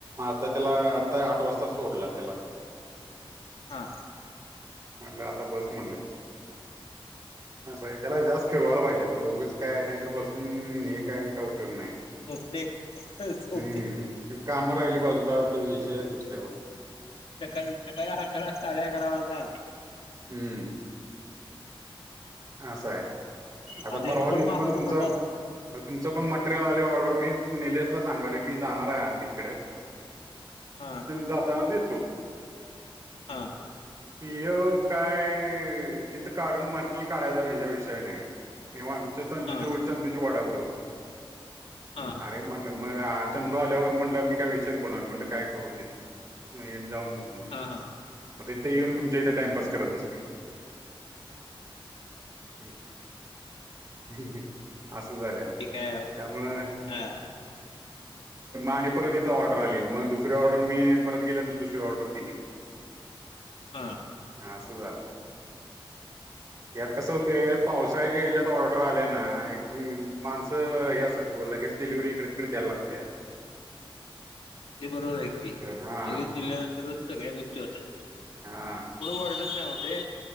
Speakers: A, on the right; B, on the left.
A: आता... त्याला आता आठ वाजता सोडला त्याला.
B: हा.
A: म्हलं आता बस म्हणले. असं आहे त्याला जास्त फिरवायला पाहिजे उगेच काय नाही तर बसून हे काय का उपयोग नाही.
B: झोपते झोपते
A: हम्म, काम राहिली बाजूला ते विशय दुसऱ्यावर.
B: सकाळी सकाळी आकरा साडे आकरा वाजता आली.
A: हमं. असा आहे
B: आणि
A: आता परवा
B: रेनकोट
A: दिवशी
B: मागवतो
A: पण तुमच
B: म्हणला
A: तुमचं पण मटेरियल आले ऑर्डर मी निलेशला सांगाले मी जाणार आहे अमित कड
B: हा
A: जाताना देतो
B: हा
A: त काय तिथं काढून मट काढायचा विझ विषय नाही चंदू
B: हा
A: ची वाट बघत बसले
B: हा
A: अरे म्हटलं मी मग चंद आल्यावर म्हंलं मी काय विषय बोला म्हट काय करून दे जाऊन देत म्हटलं
B: हा हा
A: मग तिथे येऊन तुमच्या इथे टाइमपास करत बसली एकिक असं झालेलं
B: ठीक आहे
A: त्यामुळं
B: हा
A: आणि परत इथ ऑर्डर आली मग दुसरी ऑर्डर मी परत गेल्यानंतर दुसरी ऑर्डर दिली
B: हा
A: हा असं झालंय यात कसं होतंय पावसाळ्याच्या ह्याच्यात ऑर्डर आल्या ना माणस स हे असतेत ओ, लगेच डिलिव्हरी इकडे तिकडे द्यायला लागते.
B: ते बरोबर आहे की,
A: हा
B: लगेच दिल्यानंतरच सगळ्या गोष्टी होत्यात.
A: हा
B: पुढं वरडत नाही हो ते.